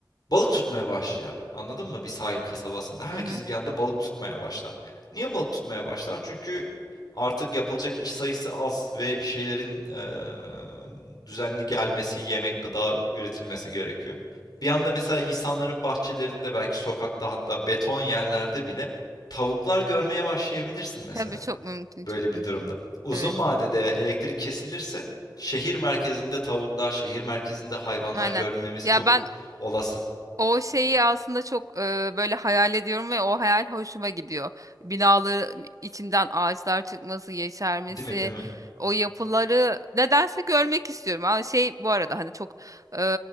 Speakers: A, on the left; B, on the right.
A: Balık tutmaya başlar. Anladın mı? Bir sahil kasabasında. Herkes
B: Hı hı.
A: bir anda balık tutmaya başlar. Niye balık tutmaya başlar? Çünkü artık yapılacak iş sayısı az ve bir şeylerin eee, düzenli gelmesi, yemek, gıda üretilmesi gerekiyor. Bir anda mesela insanların bahçelerinde belki sokakta hatta beton yerlerde bile tavuklar görmeye başlayabilirsin mesela
B: Tabii çok mümkün,
A: böyle
B: çok
A: bir
B: mümkün.
A: durumda. Uzun
B: Evet.
A: vadede elektrik kesilirse şehir merkezinde tavuklar, şehir merkezinde hayvanlar
B: Aynen.
A: görmemiz
B: Ya
A: çok
B: ben
A: olası.
B: O şeyi aslında çok e, böyle hayal ediyorum ve o hayal hoşuma gidiyor. Binaların içinden ağaçlar çıkması, yeşermesi,
A: Değil mi, değil mi?
B: o yapıları nedense görmek istiyorum. Ama şey bu arada hani çok e,